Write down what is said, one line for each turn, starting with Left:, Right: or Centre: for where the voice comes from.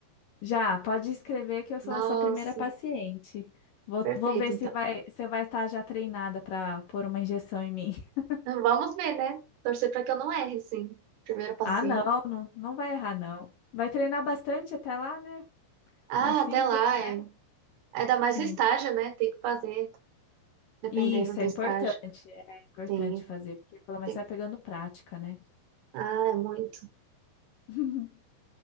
Left: Já, pode escrever que eu sou
Right: Nossa,
Left: sua primeira paciente. Vou,
Right: perfeito,
Left: vou ver
Right: então.
Left: se vai, você vai estar já treinada para pôr uma injeção em mim. <laughs>
Right: Então, Vamos ver, né? Torcer para que eu não erre, sim. Primeiro paciente.
Left: Ah, não, não, não vai errar, não. Vai treinar bastante até lá, né?
Right: Ah,
Left: Mais cinco,
Right: até lá.
Left: né?
Right: É. Ainda mais
Left: Sim.
Right: o estágio, né? Tem que fazer, dependendo
Left: Isso
Right: do
Left: é importante,
Right: estágio.
Left: é importante
Right: Tem,
Left: fazer, porque pelo menos
Right: tem.
Left: você vai pegando prática, né?
Right: Ah, é muito.
Left: <laughs>